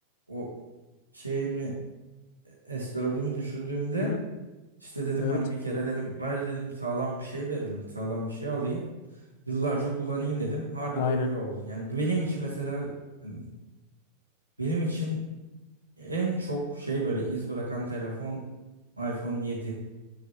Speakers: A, on the right; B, on the left.
A: o şeyimi S4'ümü düşürdüğümde
B: Hı-hı.
A: işte dedim
B: Evet.
A: hani bir kere dedim bari dedim sağlam bir şey verelim. Sağlam bir şey alayım. Yıllarca kullanayım dedim. Harbi
B: Aynen.
A: de öyle oldu. Yani benim için mesela yani benim için en çok şey böyle iz bırakan telefon iPhone 7.